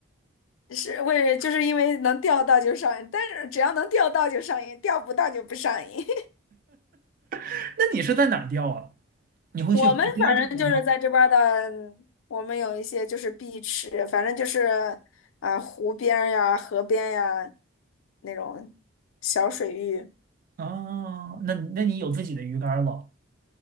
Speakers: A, on the left; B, on the right.
A: 是为就是因为能钓到就上瘾，但是只要能钓到就上瘾，钓不到就不上瘾。
B: <laughs> 那你是在哪儿钓啊？
A: <laughs>
B: 你会去河边儿这边吗？
A: 我们反正就是在这边儿的，我们有一些就是碧池，反正就是啊、呃湖边儿呀、河边呀那种小水域。
B: 啊，那那你有自己的鱼竿儿了？